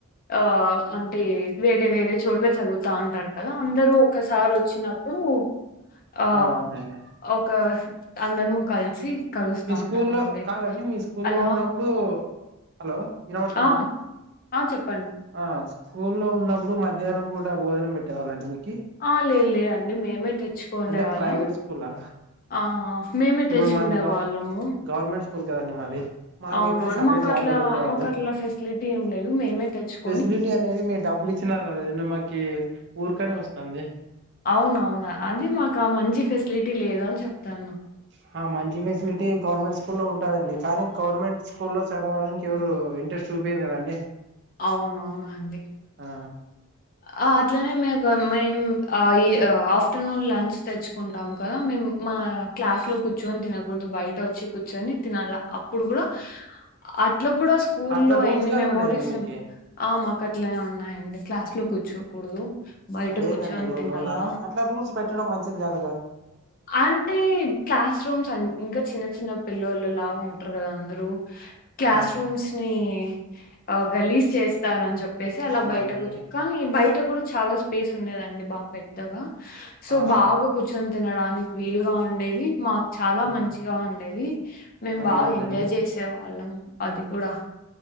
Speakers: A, on the left (about 40°); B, on the right (about 55°).
A: ఆ అంటే వేరే వేరే చోట్ల చదువుతా ఉంటారు కదా అందరూ ఒక్కసారి వచ్చినప్పుడు ఆ
B: అవునవునండి
A: ఒక అందరము కలిసి కలుస్తా
B: మీ స్కూలో
A: ఉంటామండి
B: కాదండి మీ స్కూలో
A: అలా
B: ఉన్నప్పుడు హలో వినబడుతుందా
A: ఆ
B: అండి
A: ఆ చెప్ప్
B: ఆ స్కూల్లో ఉన్నప్పుడు మధ్యాహ్నం పూట భోజనం పెట్టేవాళ్లండి మీకు
A: ఆ లేదు లేదండి మేమే తెచ్చుకోనే
B: అంటే
A: వాళ్ళం
B: ప్రైవేట్ స్కూలా
A: ఆ మేమే
B: ఇప్పుడు
A: తెచ్చుకునే
B: మాది గ
A: వాళ్ళము
B: గవర్నమెంట్ స్కూల్ కదండి మాది మాకైతే
A: అవునవును
B: సపరేట్
A: మాకు అట్లా
B: వాళ్ళే పెట్టేవాళ్ళు
A: మాకు అట్లా ఫెసిలిటీ ఏం లేదు మేమే తెచ్చుకు
B: ఫెసిలిటీ అనేది మీరుడబ్బులు ఇచ్చినా రాదు నిన్న మాకి ఊరికనే వస్తుంది
A: అవును అవునా అది మాకు మంచి ఫెసిలిటీ లేదు అని చెప్తున్నా
B: హా మంచి ఫెసిలిటీ గవర్నమెంట్ స్కూల్ లో ఉంటుదండి కానీ గవర్నమెంట్ స్కూల్లో చదవడానికి ఎవరు ఇంట్రెస్ట్ చూపియరు కదండి
A: అవునవును అండి
B: ఆ
A: ఆ అట్లనే మీకు మేము ఆ ఈ ఆఫ్టర్నూన్ లంచ్ తెచ్చుకుంటాం కదా మేము మా క్లాస్ లో కూర్చొని తినకూడదు బయట వచ్చి కూర్చొని తినాల అప్పుడు కూడా అట ఇట్ల కూడా స్కూల్లో
B: అట్లా రూల్స్
A: ఎన్ని
B: గాని
A: మెమోరీస్
B: ఉన్నాయండి మీకి
A: ఆ మాకు అట్లనే ఉన్నాయండి క్లాస్ లో కూర్చోకూడదు బయట
B: అదేందండి
A: కూర్చొని
B: రూల్
A: తినాల.
B: నా అట్లా రూల్స్ పెట్ ట్టడం మంచిది కాద్
A: అంటే క్లాస్ రూమ్స్ ఇంకా చిన్న చిన్న పిల్లోళ్ళు లాగా ఉంటారు కదా అందరు క్లాస్
B: ఆ
A: రూమ్స్ నీ ఇ ఆ గలీజ్ చేస్తారని చెప్పేసి అలా
B: అవునవునులేండి
A: బయట కూచ్ కానీ బయట్ త కూడా చాలా స్పేస్ ఉండేదండి బా పెద్దగా సో
B: ఆ
A: బాగా కు కూచోని తినడానికి వీలుగా ఉండేది మాక్ చాలా
B: ఆ
A: మంచిగా ఉండేది మేం
B: అవునవునండి
A: బాగా ఎంజాయ్ చేసే వాళ్ళం అది కూడా